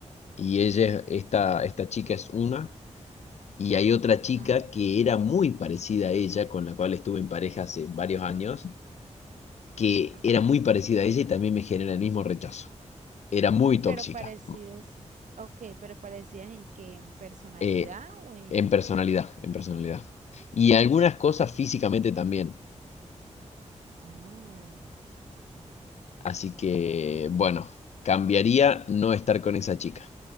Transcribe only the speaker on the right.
ajá,
ajá.
Pero parecidas, ok, pero parecidas en qué, en personalidad
o en...
Oh,